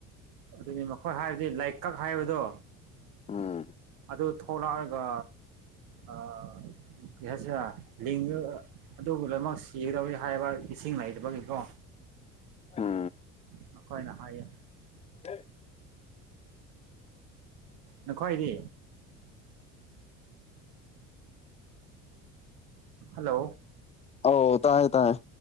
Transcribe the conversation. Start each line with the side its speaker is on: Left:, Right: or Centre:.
Right: ꯑꯗꯨꯅꯤ ꯃꯈꯣꯏ ꯍꯥꯏꯕꯗꯤ ꯂꯩꯀꯛ ꯍꯥꯏꯕꯗꯣ
Left: ꯎꯝ
Right: ꯑꯗꯨ ꯊꯣꯛꯂꯛ ꯔꯥꯒ ꯑꯥ ꯀꯩ ꯍꯥꯏꯁꯤꯔꯥ ꯂꯤꯡꯔꯒꯥ ꯑꯗꯨ ꯂꯣꯏꯃꯛ ꯁꯤꯒꯗꯧꯔꯦ ꯍꯥꯏꯕ ꯏꯁꯤꯡ ꯂꯩꯇꯥꯕꯒꯤꯀꯣ
Left: ꯎꯝ
Right: ꯃꯥꯈꯣꯏꯅ ꯍꯥꯏꯌꯦ
Left: <unintelligible>
Right: ꯅꯈꯣꯏꯗꯤ
Left: <inaudible>
Right: ꯍꯜꯂꯣ
Left: ꯑꯎ ꯇꯥꯏꯌꯦ ꯇꯥꯏꯌꯦ